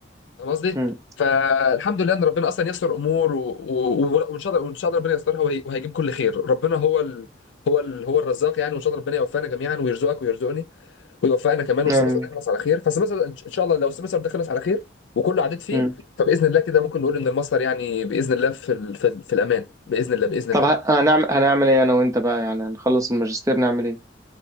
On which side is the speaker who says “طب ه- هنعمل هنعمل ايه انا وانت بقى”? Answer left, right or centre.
Right